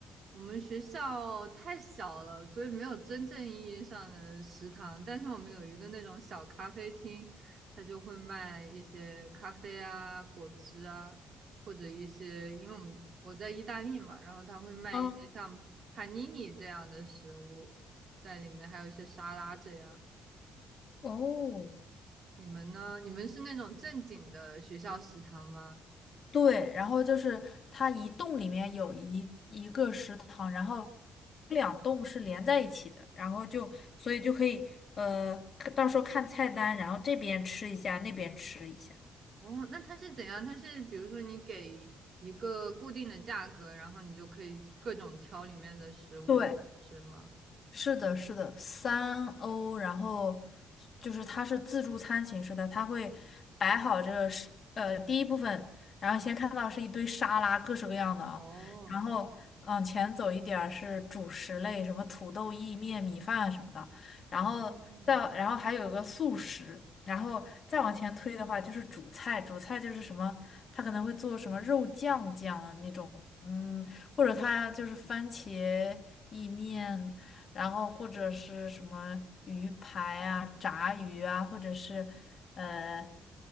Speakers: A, on the right (about 55°); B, on the left (about 45°).
A: 我们学校太小了，所以没有真正意义上的食堂，但是我们有一个那种小咖啡厅，它就会卖一些咖啡啊、果汁啊，或者一些，因为我们我在意大利嘛，然后它会卖一些像
B: 啊，
A: panini 这样的食物在里面，还有一些沙拉这样。
B: 哦，
A: 你们呢？你们是那种正经的学校食堂吗？
B: 对，然后就是它一栋里面有一一个食堂，然后两栋是连在一起的，然后就所以就可以呃，看到时候看菜单，然后这边吃一下，那边吃一下。
A: 哦，那它是怎样？它是比如说你给一个固定的价格，然后你就可以各种挑里面的食物来吃吗？
B: 对，是的，是的，三欧，然后就是它是自助餐形式的，它会摆好这个是呃第一部分，然后先看到是一堆沙拉，各式各样的啊，
A: 哦，
B: 然后往前走一点儿是主食类，什么土豆意面、米饭什么的，然后再然后还有一个素食，
A: 哦，
B: 然后再往前推的话就是主菜，主菜就是什么，它可能会做什么肉酱酱啊那种，嗯，或者它就是番茄意面。然后或者是什么鱼排啊、炸鱼啊，或者是呃